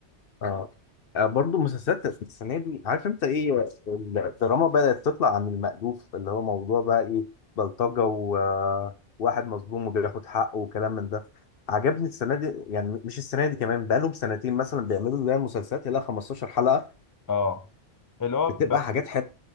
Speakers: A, on the left; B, on the left.
A: اه آه، برضو مسلسلات السنه دي عارف انت ايه الدراما بدات تطلع عن المألوف اللي هو موضوع بقى ايه بلطجه وواحد مظلوم وبياخد حقه وكلام من ده عجبني السنه دي يعني مش السنه دي كمان بقالهم سنتين مثلا بيعملوا زي مسلسلات يلا 15 حلقه
B: اه اللي هو
A: بتبقى
B: ب-
A: حاجات حلوه